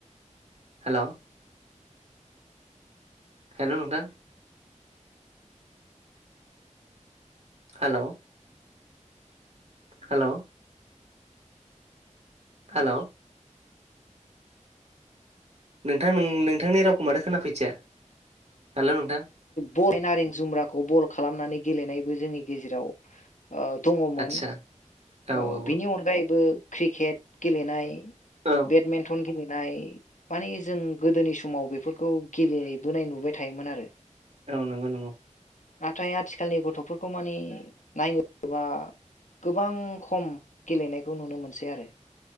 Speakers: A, on the right; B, on the left.
A: हेल हेल नोंथां। हेल हेल हेल नोंथां नोंथांनि रावखौ माथो खोनाफैथिया, हेल नोंथां।
B: बरि नारें जुमब्राखौ बल खालामनानै गेलेनायबो जोंनि गेजेराव। ओ दङमोन
A: आदसा औ
B: ओ
A: औ
B: बिनि अनगायैबो क्रिकेट गेलेनाय ।
A: औ
B: बेदमेन्टन गेलेनाय माने जों गोदोनि समाव बेफोरखौ गेलेबोनाय नुबाय थायोमोन आरो ।
A: औ नंगौ नंगौ।
B: नाथाय आथिखालनि गथफोरखौ मानि नायोबा। गोबां खम गेलेनायखौ नुनो मोनसै आरो,